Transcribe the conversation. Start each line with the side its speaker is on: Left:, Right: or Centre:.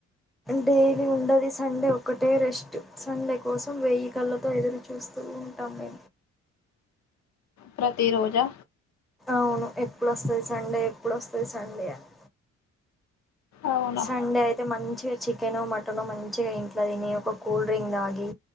Centre: డైలీ ఉండదు సండే ఒకటే రెస్ట్ సండే కోసం వెయ్యి కళ్ళతో ఎదురు చూస్తూ ఉంటాము
Left: ప్రతి రోజా
Centre: అవును ఎప్పుడొస్తది చండే ఎప్పుడొస్తది సండే అని
Left: అవును
Centre: సండే అయితే మంచి ఏ చికెనో మటనో మంచిగా ఇంట్లో తిని ఒక కూల్ డ్రింక్ తాగి